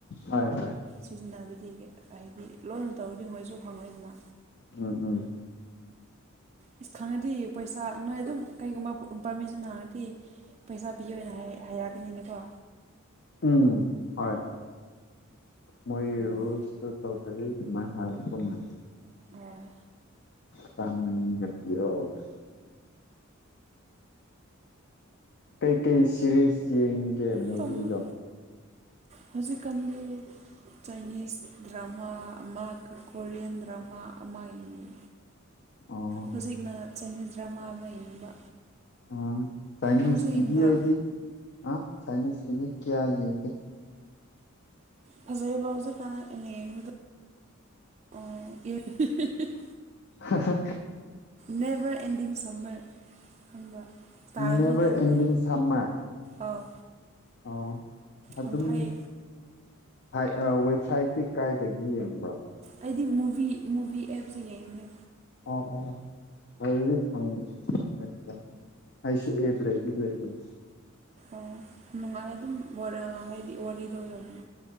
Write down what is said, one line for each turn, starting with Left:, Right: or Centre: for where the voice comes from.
Left: ꯍꯣꯏ ꯍꯣꯏ
Right: ꯁꯤꯖꯤꯟꯅꯕꯗꯤ ꯒꯤ ꯍꯥꯏꯗꯤ ꯂꯣꯟꯅ ꯇꯧꯔꯗꯤ ꯃꯣꯏꯁꯨ ꯈꯪꯉꯣꯏꯗꯅ
Left: ꯎꯝ ꯎꯝ
Right: ꯏꯁ ꯈꯪꯉꯗꯤ ꯄꯩꯁꯥ ꯅꯣꯏ ꯑꯗꯨꯝ ꯀꯩꯒꯨꯝꯕ ꯄꯥꯔꯃꯤꯁꯟ ꯍꯪꯉꯗꯤ ꯄꯩꯁꯥ ꯄꯤꯌꯣꯅ ꯍꯥꯏꯔꯛ ꯍꯥꯏꯔꯛꯒꯅꯤꯅꯦꯀꯣ
Left: ꯎꯝ ꯍꯣꯏ ꯃꯣꯏꯒꯤ
Right: ꯎꯝ
Left: ꯔꯨꯜꯁ ꯑꯗꯨ ꯇꯧꯗ꯭ꯔꯗꯤ ꯑꯗꯨꯃꯥꯏꯟ ꯍꯥꯔꯛꯇꯧ ꯃꯥꯥꯜꯂꯦ
Right: ꯑꯥ
Left: ꯆꯥꯝ ꯑꯅꯤꯒ ꯄꯤꯔꯛꯑꯣꯅ ꯀꯩꯀꯩ ꯁꯦꯔꯤꯁ ꯌꯦꯡꯒꯦ ꯃꯨꯚꯤꯗꯣ
Right: ꯍꯣꯏ ꯍꯧꯖꯤꯛꯀꯥꯟꯗꯤ ꯆꯥꯏꯅꯤꯁ ꯗ꯭ꯔꯃꯥ ꯑꯃ ꯀꯣꯔꯤꯌꯟ ꯗ꯭ꯔꯃꯥ ꯑꯃ ꯌꯦꯡꯂꯤ
Left: ꯑꯣ
Right: ꯍꯨꯖꯤꯛꯅ ꯆꯥꯏꯅꯤꯁ ꯗ꯭ꯔꯃꯥ ꯑꯃ ꯌꯦꯡꯕ
Left: ꯑꯥ ꯆꯥꯏꯅꯤꯁ
Right: ꯅꯪꯁꯨ
Left: ꯀꯤꯗꯤ
Right: ꯌꯦꯡꯕ꯭ꯔꯥ
Left: ꯑꯩꯗꯤ ꯑꯥ ꯆꯥꯏꯅꯤꯁ ꯀꯤꯗꯤ ꯀꯌꯥ ꯌꯦꯡꯗꯦ
Right: ꯐꯖꯩꯌꯦꯕ ꯍꯧꯖꯤꯛꯀꯥꯟ ꯑꯩ ꯑꯩꯅ ꯌꯦꯡꯕꯗꯣ ꯑꯣ ꯑꯦ <unintelligible>
Left: ꯍꯥ ꯍꯥ
Right: ꯅꯦꯕꯔ ꯑꯦꯟꯗꯤꯡ ꯁꯝꯃꯔ ꯈꯪꯕ ꯇꯥꯔꯝꯅꯤꯅ
Left: ꯅꯦꯚꯔ
Right: ꯑꯗꯨꯗꯤ
Left: ꯑꯦꯟꯗꯤꯡ ꯁꯝꯃꯔ
Right: ꯑꯥꯎ
Left: ꯑꯣ ꯑꯗꯨꯝ
Right: ꯌꯥꯝ ꯐꯩ
Left: ꯍꯥꯏ ꯑ ꯋꯦꯕꯁꯥꯏꯠꯇꯤ ꯀꯥꯏꯗꯒꯤ ꯌꯦꯡꯕ꯭ꯔꯣ
Right: ꯑꯩꯗꯤ ꯃꯨꯚꯤ ꯃꯨꯚꯤ ꯑꯦꯞꯁꯦ ꯌꯦꯡꯉꯦ
Left: ꯑ ꯑ <unintelligible> ꯑꯩꯁꯨ ꯏꯅꯦꯖꯨ ꯂꯩꯗꯨꯗꯤ ꯑꯗꯨꯝ
Right: ꯑ ꯅꯨꯡꯉꯥꯏ ꯑꯗꯨꯝ ꯋꯔ ꯍꯥꯏꯗꯤ ꯋꯥꯔꯤꯗꯣ ꯌꯥꯝ